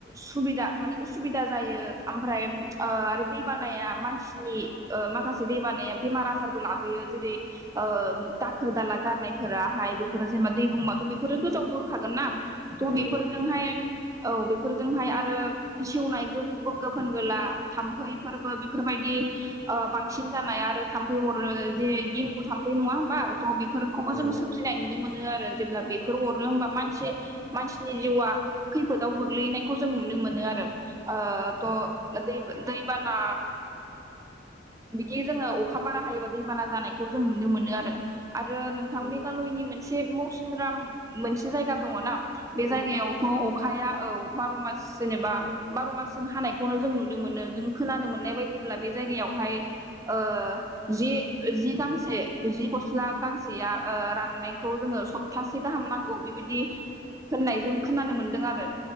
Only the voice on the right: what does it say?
सुबिदा माने उसु बिदा जायो। आमफ्राय ओ आरो दै बानाया मानसिनि माखासे दै बानाया बेमार आजारबो लाबोयो। जेरै ओ दाखोर दाला गारनायफोराहाय बेफोर जेनबा दै बुंबाथ' बेफोरो गोजावबोखागोनना, थह
बेफोरजोंहाय औ बेफोरजोंहाय आरो सेवनाय गोफ-गोफोन गोला थाम्फैफोरबो बेफोर बायदि ओ बांसिन जानाय आरो थाम्फै अरो जे देंगु थाम्फै, नङा होमबा? थ' बेफोरखौबो
जोङो सोमजिनाय नुनो मोनो आरो जेब्ला बेफोर अरो होमबा मानसि मानसिनि जिउआ खैफोदाव गोग्लैनायखौ जों नुनो मोनो आरो। ओ थह दैबो दै बाना बिदि जोङो अखा बारा हायोबा दैबाना जानायखौ जों नुनो मोनो आरो। आरो नोंथां
मेघालयनि मोन से मौसिनराम मोनसे जायगा दङना बे
जायगायावथ' अखाया औ बार'मास जेनेबा
बार' मासजों हानायखौनो जों नुनो मोनो। जों खोनानो मोननाय बायदिब्ला बे जायगायावहाय ओ जि गांसे जि गस्ला गांसेया ओ राननायखौ जोङो सप्तासे गाहाम नांगौ बेबायदि होननाय जों खोनानो मोनदों आरो।